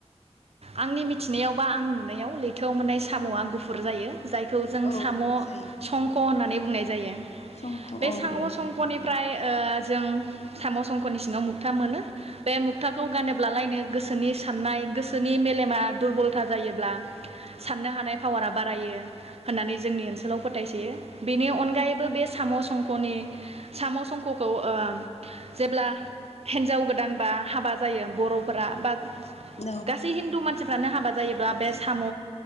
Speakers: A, on the right; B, on the left.
A: आंनि मिथिनायाव बा आं नुनायाव लैथोआव मोननाय साम'आ गुफुर जायो। जायखौ जों
B: औ
A: साम'
B: गुफुर जायो
A: संख' होननानै बुंनाय जायो
B: संख'
A: बे
B: औ
A: साम'
B: औ
A: संख'निफ्राय जों साम' संख'नि सि सिङाव मुथा मोनो बे मुथाखौ गा ब्लालायनो गोसोनि साननाय गोसोनि मेलेमा दुरबलथा जायोब्ला साननो हानाय पावारा बारायो होननानै जोंनि ओनसोलाव फोथायसयो बेनि अनगायैबो बे साम'ख'नि साम' संख'खौ जेब्ला हिन्जाव गोदान बा हाबा जायो बर'फोरा बा
B: औ
A: गासै हिन्दु मानसिफ्रानो हाबा जायोबा बे साम'